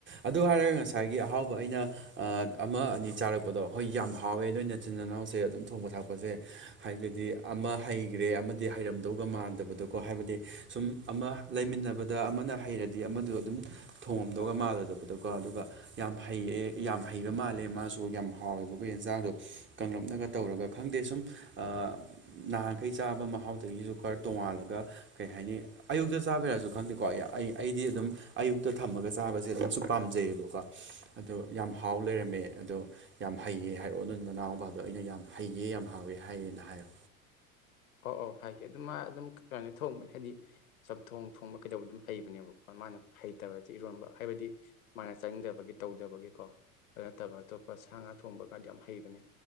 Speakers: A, on the right (about 25°); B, on the left (about 70°).
A: ꯑꯗꯨ ꯍꯥꯏꯔꯒ ꯉꯁꯥꯏꯒꯤ ꯑꯍꯥꯎꯕ ꯑ ꯑꯩꯅ ꯑꯃ ꯑꯅꯤ ꯆꯥꯔꯛꯄꯗꯣ ꯍꯣꯏ ꯌꯥꯝ ꯍꯥꯎꯋꯦ ꯅꯣꯏ ꯏꯆꯤꯟꯜ ꯏꯅꯥꯎꯁꯦ ꯑꯗꯨꯝ ꯊꯣꯡꯕ ꯊꯥꯛꯄꯁꯦ ꯍꯥꯏꯕꯗꯤ ꯑꯃ ꯍꯩꯈ꯭ꯔꯦ ꯑꯃꯗꯤ ꯍꯩꯔꯝꯗꯧꯒ ꯃꯥꯟꯗꯕꯗꯣꯀꯣ ꯍꯥꯏꯕꯗꯤ ꯁꯨꯝ ꯑꯃ ꯂꯩꯃꯤꯟꯅꯕꯗ ꯑꯃꯅ ꯍꯩꯔꯗꯤ ꯑꯃꯗ ꯑꯗꯨꯝ ꯊꯣꯡꯉꯝꯗꯧꯒ ꯃꯥꯜꯂꯣꯏꯗꯕꯗꯣꯀꯣ ꯑꯗꯨꯒ ꯌꯥꯝ ꯍꯩꯌꯦꯦ ꯌꯥꯝ ꯍꯩꯕ ꯃꯥꯜꯂꯦ ꯃꯥꯁꯨ ꯌꯥꯝ ꯍꯥꯎꯋꯦꯕ ꯑꯩꯈꯣꯏ ꯌꯦꯟꯖꯥꯡꯗꯣ ꯀꯪꯂꯞꯅꯒ ꯇꯧꯔꯒ ꯈꯪꯗꯦ ꯁꯨꯝ ꯑꯥ ꯅꯍꯥꯟꯈꯩ ꯆꯥꯕ ꯃꯍꯥꯎꯗꯒꯤꯁꯨ ꯈꯔ ꯇꯣꯡꯉꯥꯜꯂꯒ ꯀꯩ ꯍꯥꯏꯅꯤ ꯑꯌꯨꯛꯇ ꯆꯥꯕꯤꯔꯛꯁꯨ ꯈꯪꯗꯦꯀꯣ ꯑꯩ ꯑꯩꯗꯤ ꯑꯗꯨꯝ ꯑꯌꯨꯛꯇ ꯊꯝꯃꯒ ꯆꯥꯕꯁꯦ ꯑꯗꯨꯝꯁꯨ ꯄꯥꯝꯖꯩꯌꯦꯕꯀꯣ ꯑꯗꯣ ꯌꯥꯝ ꯍꯥꯎ ꯂꯩꯔꯝꯃꯦ ꯑꯗꯣ ꯌꯥꯝ ꯍꯩꯌꯦ ꯍꯥꯏꯔꯛꯑꯣ ꯑꯗꯨ ꯅꯅꯥꯎꯄꯥꯗꯣ ꯑꯩꯅ ꯌꯥꯝ ꯍꯩꯌꯦ ꯌꯥꯝ ꯍꯥꯎꯋꯦ ꯍꯥꯏꯌꯦꯅ ꯍꯥꯏꯌꯣ
B: <inaudible> ꯑꯣ ꯑꯧ ꯍꯥꯏꯒꯦ ꯑꯗꯨ ꯃꯥ ꯑꯗꯨꯝ ꯀꯩꯅꯣꯅꯤ ꯊꯣꯡꯕꯅꯦ ꯍꯥꯏꯗꯤ ꯆꯝꯊꯣꯡ ꯊꯣꯡꯕ ꯀꯩꯗꯧꯕ ꯑꯗꯨꯝ ꯍꯩꯕꯅꯦꯕꯀꯣ ꯃꯥꯅ ꯍꯩꯇꯕꯗꯤ ꯏꯔꯣꯟꯕ ꯍꯥꯏꯕꯗꯤ ꯃꯥꯅ ꯆꯪꯗꯕꯒꯤ ꯇꯧꯗꯕꯒꯤꯀꯣ ꯑꯗꯨ ꯅꯠꯇꯕ ꯑꯇꯣꯞꯄ ꯁꯥ ꯉꯥ ꯊꯣꯡꯕ ꯀꯥꯟꯗꯤ ꯌꯥꯝ ꯍꯩꯕꯅꯦ